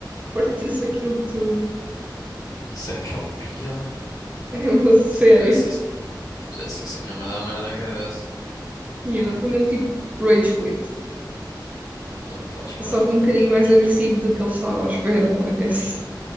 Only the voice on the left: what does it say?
Isso é que é o pior, mano. Isso
Também,
pá, se fizesse isso, fizesse isso, a minha mãe dá merda na cabeça.
Pá, Faz parte,
também
acho.